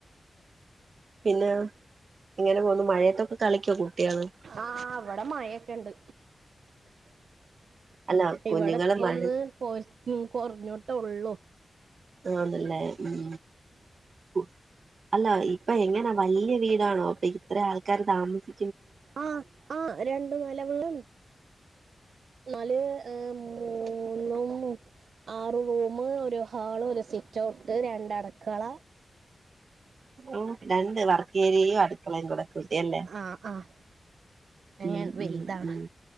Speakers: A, on the right; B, on the right.
A: പിന്നെ എങ്ങനെ പോന്നു മഴയത്തൊക്കെ കളിക്കോ കുടട്ട്യേ ള്
B: ആഹ് ഇവടെ മഴൊക്കെ ണ്ട്.
A: അല്ല കുഞ്ഞുങ്ങള്
B: ഇവിടെ ഇപ്പ
A: മഴ
B: ഒന്ന് കൊ കുർഞ്ഞൊട്ടേ ഉള്ളൂ.
A: ആഹ് ന്നല്ലേ ഉം ഉം. അല്ല ഇപ്പൊ എങ്ങനാ വല്ല്യ വീടാണോ അപ്പൊ ഇത്ര ആൾക്കാര് താമസി
B: ആഹ്‌ ആഹ് രണ്ടു നല വീടാണ്. ന്നാല് ആഹ് മൂന്നും. ആറ് റൂമ് ഒരു ഹാള് ഒരു സിറ്റൗട്ട് രണ്ടട്ക്കള.
A: ഉം രണ്ട് വർക്കേരിയയും അടുക്കളയും കൂടെ. കൂട്ടിയല്ലേ
B: ആഹ്‌ ആഹ്‌. <unintelligible>
A: ഉം
B: വൽതാണ്
A: ഉം ഉം